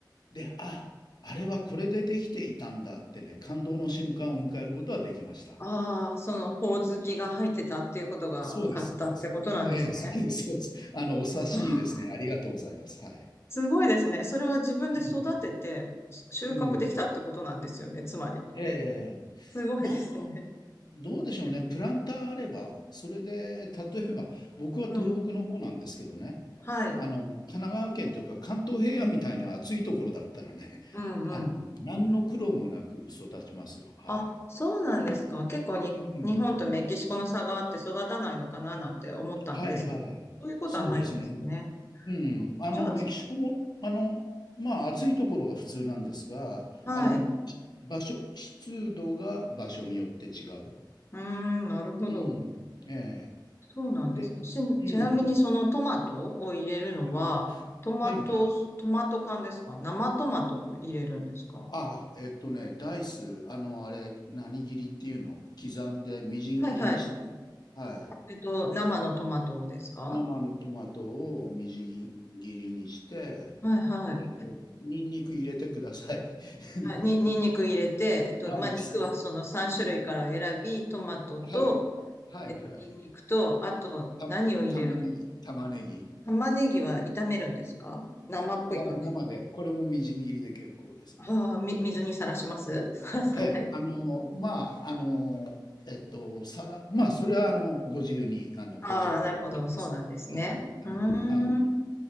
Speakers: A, on the left (about 60°); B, on the left (about 35°).
A: で、あ、あれはこれでできていたんだってね、感動の瞬間を迎えることはできました。
B: ああ、その、ほおずきが入ってたっていうことが分かったってことなんですね。
A: そうです、そうです。ええ、そうです、そうです。あの、お察しいいですね。
B: ああ、
A: ありがとうございます。はい。
B: すごいですね。それは自分で育てて収穫できたってことなんですよね、
A: うん。うん。
B: つまり。
A: ええまあ、
B: すごいですね。
A: どうでしょうね。プランターあれば、それで、例えば、僕は東北の方なんですけどね、
B: うん。はい。
A: あの、神奈川県というか関東平野みたいに暑いところだったらね、
B: うん、うん。
A: あの、何の苦労もなく育ちますよ。はい。
B: あ、そうなんですか。結構に、
A: うん。
B: 日本とメキシコの差があって育たないのかななんて思ったんですけど、
A: はいはい。
B: そういうことはないんですね。
A: そうですね。うん、あの、
B: じゃ
A: メキシコも、あの、まあ、暑いところが普通なんですが、
B: あ、
A: あの、
B: はい。
A: し場所、湿度が場所によって違う。
B: うーん、なるほど。
A: うん。え
B: そうなんです。
A: え。で、
B: ち、
A: うん。
B: ちなみにそのトマトを入れるのは、
A: はい。
B: トマト、
A: はいはい。
B: トマト缶ですか生トマトを入れるんですかは
A: ああ、えっとね、ダイス、あの、あれ、何切りっていうの刻んで、みじん切りにして、
B: いはい。
A: はい。
B: えっと、生のトマトをですか
A: 生のトマトをみじん切りにして、
B: はいはい。
A: であと、ニンニク入れてください。<laughs>
B: はい、に、にんにく入れて、えっと、
A: はい、
B: まあ、肉はその3種類から選び、
A: それ、
B: トマトと、
A: はい。はいはい。
B: えっと、にんにくと、あと、
A: た玉ねぎ玉ねぎ
B: 何を入れると、玉ねぎは炒めるんですか生っぽい感じ。
A: は生で、これもみじん切りで結構です。
B: ああ、み、水にさらします <laughs> さらさない
A: ええ、あの、まあ、あの、えっと、さら、まあ、それは、あの、ご自由に、あの、
B: ああ、
A: どちらでも
B: なるほど。
A: OK
B: そうなんですね。
A: です。はい、
B: うーん。
A: はい、はい。